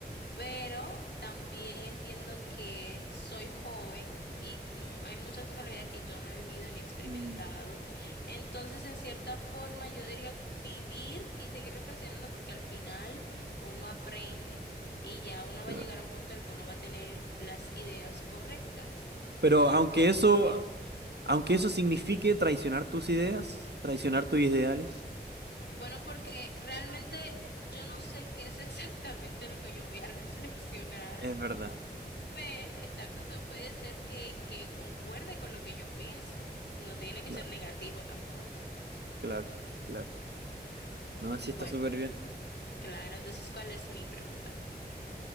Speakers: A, on the left; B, on the right.
A: pero también entiendo que soy joven y mm, hay muchas cosas en la vida que yo no he vivido ni experimentado.
B: Mm.
A: Entonces, en cierta forma, yo diría vivir y seguir reflexionando porque al final uno aprende y ya uno va
B: Claro.
A: a llegar a un punto en el que uno va a tener las ideas correctas,
B: Pero
A: no
B: aunque
A: lo que uno
B: eso,
A: piensa.
B: aunque eso signifique traicionar tus ideas, traicionar tus ideales,
A: Bueno, porque realmente yo no sé qué es <laughs> exactamente lo que yo voy a reflexionar.
B: es verdad.
A: Pe- exacto, eso puede ser que, que concuerde con lo que yo pienso. No tiene que
B: Claro,
A: ser negativo tampoco.
B: claro, claro. No, sí está
A: Bueno,
B: súper bien.
A: claro, entonces, ¿cuál es mi pregunta?